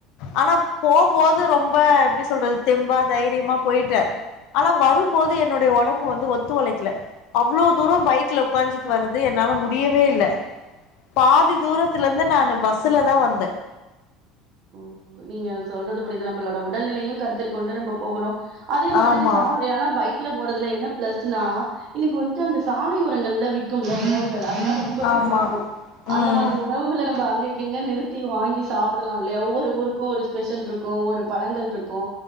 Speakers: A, on the left (about 55°); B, on the right (about 45°).
A: ஆனா போம்போது ரொம்ப எப்படி சொல்றது தெம்பா தைரியமா போயிட்ட ஆனா வரும்போது என்னுடைய ஒடம்பு வந்து ஒத்து ஒழைக்கல அவ்வளவு தூர பைக்ல உக்காஞ்சிட்டு வரது என்னால முடியவே இல்ல பாதி தூரத்துல இருந்து நானு பஸ்ஸுல தா வந்த
B: ம் நீங்க சொல்றது புரிது நம்பளோட உடல்நிலையு கருத்தில் கொண்டு நம்ப போகணு அதே மாதிரி
A: ஆமா
B: சாலையானா பைக் ல்ல போறதுல என்ன ப்ளஸ்னா இன்னைக்கு வந்துட்டு அங்க சாலை ஓரங்கள்ல விக்கும்ல உணவுகள் அதெல்லா ரொம்பவே
A: ஆமா
B: புடிக்கு
A: ம்
B: அந்த மாதிரி உணவுகள நம்ப அங்கேக்கங்க நிறுத்தி வாங்கி சாப்பிடலா இல்லையா ஒரு ஊருக்கு ஒரு ஸ்பெஷல் இருக்கு ஒரு பழங்கள் இருக்கு